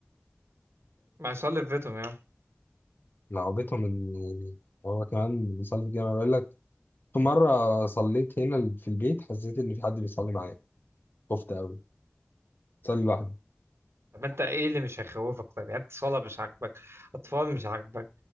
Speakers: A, on the right; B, on the left.
A: ما يصلي في بيتهم يا عم.
B: لعبتهم ان يعني هو كمان بيصلي في الجامع بيقول لك في مره صليت هنا في البيت حسيت ان في حد بيصلي معايا خفت قوي صلي لوحدي
A: طب انت ايه اللي مش هيخوفك طيب يعني انت صلاه مش عاجبك اطفال مش عاجبك